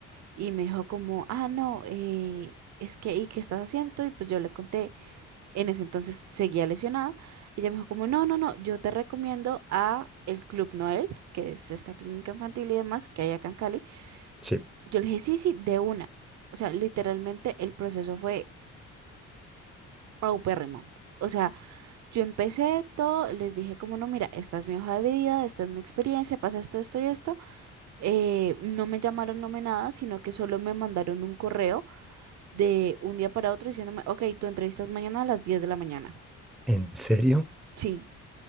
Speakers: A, on the right; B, in the centre.
A: y me dijo como, ah, no, eh, es que, ¿y qué estás haciendo tú? Y pues yo le conté en ese entonces seguía lesionada. Y ella me dijo como, no, no, no, yo te recomiendo a el Club Noel, que es esta clínica infantil y demás que hay acá en Cali.
B: sí.
A: Yo le dije, sí, sí, de una. O sea, literalmente el proceso fue paupérrimo. O sea, yo empecé todo, les dije como, no, mira, esta es mi hoja de vida, esta es mi experiencia, pasa esto, esto y esto. Eh, no me llamaron, no me nada, sino que solo me mandaron un correo de un día para otro diciéndome, ok, tu entrevista es mañana a las 10 de la mañana.
B: ¿En serio?
A: Sí,